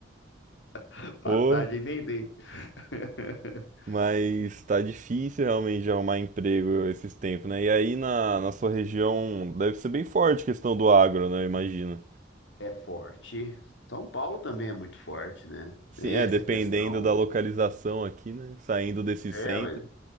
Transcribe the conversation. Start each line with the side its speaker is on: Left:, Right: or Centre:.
Left: <laughs> Passagem
Right: Pô.
Left: nem tem." <laughs>
Right: Mas tá difícil realmente de arrumar emprego esses tempos, né? E aí na, na sua região deve ser bem forte a questão do agro, né? Eu imagino.
Left: É forte. São Paulo também é muito forte, né?
Right: Assim,
Left: Tem
Right: é,
Left: essa
Right: dependendo
Left: questão.
Right: da localização aqui, né? Saindo desse
Left: É,
Right: centro.
Left: mas-